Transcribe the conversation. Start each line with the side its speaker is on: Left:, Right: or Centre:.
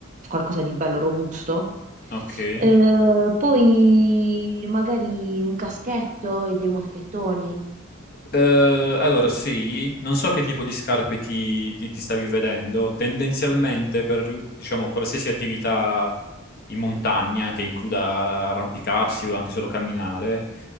Right: qualcosa di bello robusto.
Left: Ok.
Right: Eh, poi magari un caschetto e dei moschettoni.
Left: Eh, allora sì, non so che tipo di scarpe ti, ti- ti stavi vedendo. Tendenzialmente per, diciamo, qualsiasi attività in montagna che includa arrampicarsi o anche solo camminare,